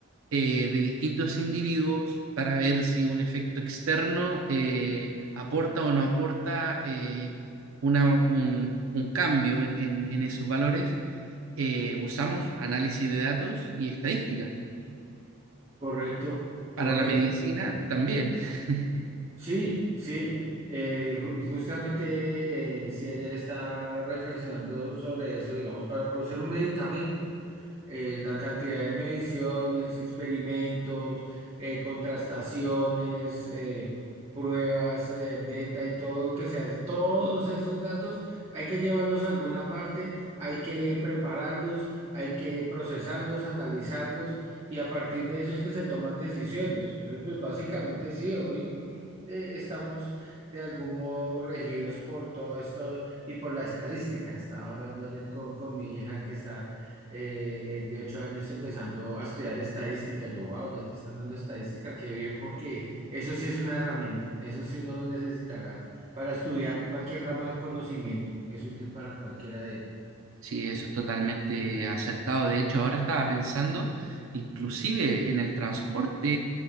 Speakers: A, on the right (about 75°); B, on the right (about 30°).
A: eh, de distintos individuos para ver si un efecto externo eh, aporta o no aporta eh, una- un, un cambio en, en- en esos valores. Eh, usamos análisis de datos y estadística.
B: Correcto,
A: Para
B: correcto,
A: la medicina
B: claro.
A: también. <laughs>
B: Sí, sí. Eh, ju- justamente, eh, si ayer estaba reflexionando sobre eso, digamos, para producir un medicamento. eh, la cantidad de mediciones, experimentos, eh, contrastaciones, eh, pruebas, eh, beta y todo lo que se hace, todos esos datos hay que llevarlos a alguna parte, hay que prepararlos, hay que procesarlos, analizarlos y a partir de eso es que se toman decisiones. Entonces, pues básicamente sí, hoy, hoy eh, estamos de algún modo regidos por todo esto y por la estadística. Estaba hablando ayer con, con mi hija que está eh, eh, de ocho años empezando a estudiar estadística. Yo, wow, ya te están dando estadística, qué bien, porque eso sí es una herramienta, eso sí uno lo necesitará para estudiar cualquier rama del conocimiento, es útil para cualquiera de ellas.
A: Sí, eso es totalmente acertado. De hecho, ahora estaba pensando, inclusive en el transporte,